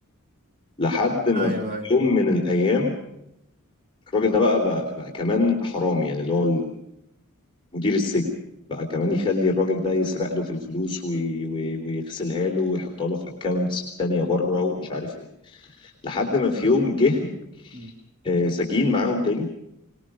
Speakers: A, on the left (about 25°); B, on the right (about 40°).
A: لحد ما
B: ايوه
A: في
B: ايوه
A: يوم من الايام الراجل ده بقى بقى, بقى كمان حرامي يعني اللي هو مدير السجن بقى كمان يخلي الراجل ده يسرق له في الفلوس وي- وي- ويغسلها له ويحطها له في اكونتس تانية بره ومش عارف ايه لحد ما في يوم جه
B: مم.
A: آه، سجين معاهم تاني